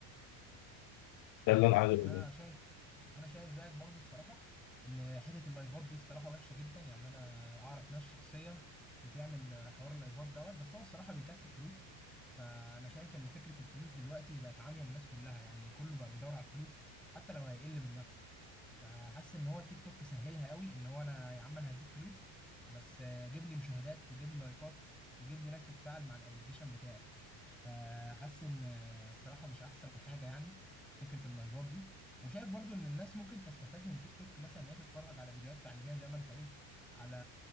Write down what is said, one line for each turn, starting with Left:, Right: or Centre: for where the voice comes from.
Left: ده اللي انا عايز اقوله
Centre: انا
Left: يعني.
Centre: شايف انا شايف زيك برضو الصراحه ان حته اللايفات دي الصراحه وحشه جدا يعني انا اعرف ناس شخصيا بتعمل حوار اللايفات دوت بس هو الصراحه بيكسب فلوس فانا شايف ان فكره الفلوس دلوقتي بقت عاميه الناس كلها يعني كله بقى بيدور على الفلوس حتى لو هيقل من نفسه فحاسس ان هو التيك توك سهلها قوي ان هو انا يا عم انا هديك فلوس بس آه، جيب لي مشاهدات وجيب لي لايكات وجيب لي ناس تتفاعل مع الابليكيشن بتاعي فحاسس ان آه، الصراحه مش احسن حاجه يعني فكره اللايفات دي وشايف برضو ان الناس ممكن تستفاد من التيك توك مثلا ان هي تتفرج على فيديوهات تعليميه زي ما انت قلت على